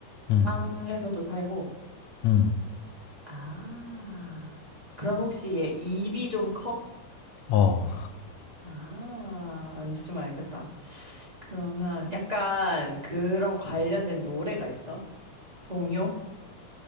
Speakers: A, on the left; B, on the right.
A: 음,
B: 땅에서도 살고.
A: 음.
B: 아, 그럼 혹시 얘 입이 좀 커?
A: 어,
B: 아, 왠지 좀 알겠다. 그러면 약간 그런 관련된 노래가 있어? 동요?